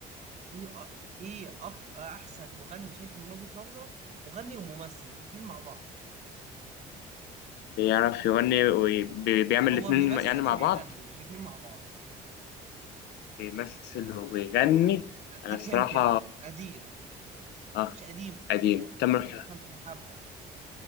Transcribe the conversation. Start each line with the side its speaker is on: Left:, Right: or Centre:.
Right: ايه أ- ايه أك... احسن مغني شايفه من وجهه نظرك مغني وممثل الاثنين مع بعض
Left: بيعرف يغني وبيعمل
Right: هو
Left: الاتنين
Right: بيمثل
Left: يعني مع
Right: وبيغني
Left: بعض
Right: الاثنين مع بعض
Left: بيمثل وبيغني
Right: اديك
Left: أنا الصراحة
Right: هنت يا عم قديم
Left: آه
Right: مش قديم
Left: قديم
Right: إيه- إيه-
Left: تامر ح-
Right: كان من حبه